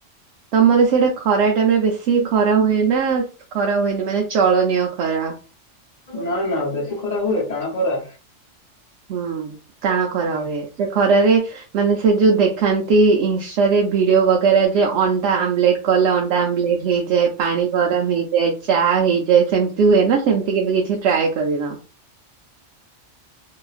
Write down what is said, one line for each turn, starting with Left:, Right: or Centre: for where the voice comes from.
Right: ତମର ସିଆଡେ ଖରା ଟାଇମରେ ବେଶୀ ଖରା ହୁଏନା ଖରା ହୁଏନି ମାନେ ଚଳନୀୟ ଖରା।
Left: ନା ନା ବେଶୀ ଖରା ହୁଏ ଟାଣ ଖରା।
Right: ହୁଁ। ଟାଣ ଖରା
Left: ଯା
Right: ହୁଏ ସେ ଖରାରେ ମାନେ ସେ ଯୋଉ ଦେଖାନ୍ତି ଇନଷ୍ଟାରେ ଭିଡିଓ ବଗେରା ଯେ ଅଣ୍ଡା ଆମଲେଟ କଲେ ଅଣ୍ଡା ଆମଲେଟ ହେଇଯାଏ। ପାଣି ଗରମ ହେଇଯାଏ। ଚା ହେଇ ଯାଇ ସେମିତି ହୁଏ ନା ସେମିତି କେବେ କିଛି ଟ୍ରାଏ କରିନ?